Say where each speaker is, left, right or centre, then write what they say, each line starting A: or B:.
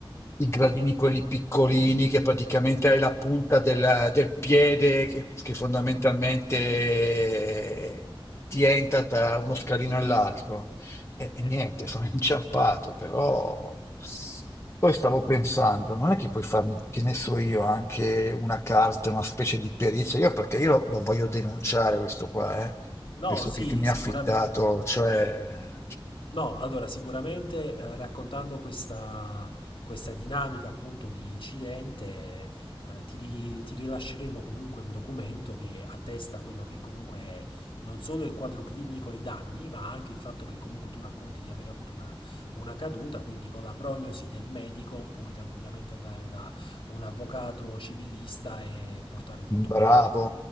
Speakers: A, on the left; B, on the left.
A: i gradini quelli piccolini che praticamente hai la punta del, del piede che, che fondamentalmente ti entra tra uno scalino e l'altro. E, e
B: Eh,
A: niente, sono <laughs> inciampato, però poi stavo pensando, non è che puoi farmi, che ne so io, anche una carta, una specie di perizia, io perché io lo, lo voglio denunciare questo qua, eh.
B: No,
A: Questo
B: sì,
A: che, che mi
B: sicuramente.
A: ha affittato, cioè...
B: No, allora sicuramente eh, raccontando questa, questa dinamica appunto di incidente, eh, ti, ri- ti rilasceremo comunque un documento che attesta quello che comunque è non solo il quadro clinico e i danni, ma anche il fatto che comunque tu racconti di aver avuto una, una caduta, quindi con la prognosi del medico puoi tranquillamente andare da un avvocato civilista e portare tutto quanto.
A: Bravo,